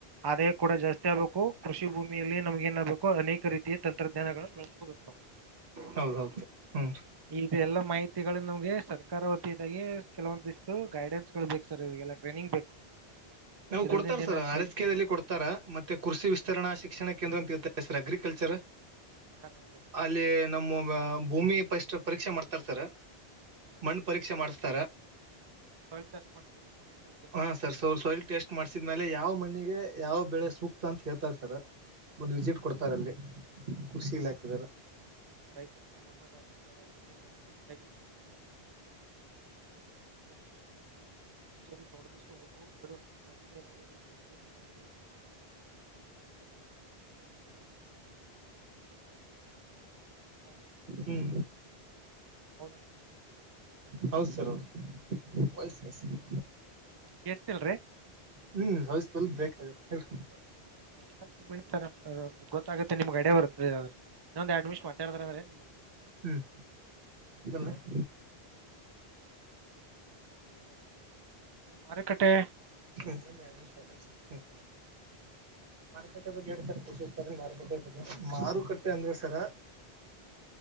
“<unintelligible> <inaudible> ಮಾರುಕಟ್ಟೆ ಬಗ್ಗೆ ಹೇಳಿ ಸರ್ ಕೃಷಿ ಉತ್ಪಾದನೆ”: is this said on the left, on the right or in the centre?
Right